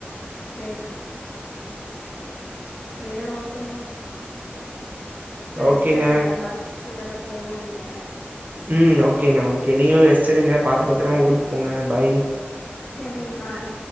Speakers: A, on the left; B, on the right.
A: சேரி சேரி சேரி ஓகேங்க போய் ரெஸ்ட்டு
B: ஓகேங்க
A: எடுங்க பஸ்சு வேல போணு நீங்க
B: ம் ஓகேங்க ஓகே நீங்களு ரெஸ்ட்டு எடுங்க பாத்து பத்தரமா ஊருக்கு போங்க பாய்
A: செரி பாய்